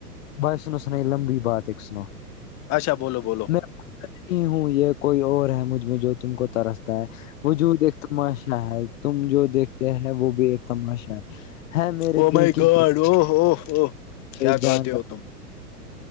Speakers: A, on the left; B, on the left.
A: بائی سنو سنائی لمبی بات ایک سنو
B: اچھا بولو بولو
A: میںتی ہوں یہ کوئی اور ہے مجھ میں جو تم کو ترس <unintelligible> تا وجود ایک تماشا ہے تم جو دیکھتے ہیں وہ بھی ایک تماشا ہے ہے میرے
B: او
A: دل
B: مائی
A: کیش
B: گاڈ او ہو ہو کیا
A: جان-
B: گاتے ہو تم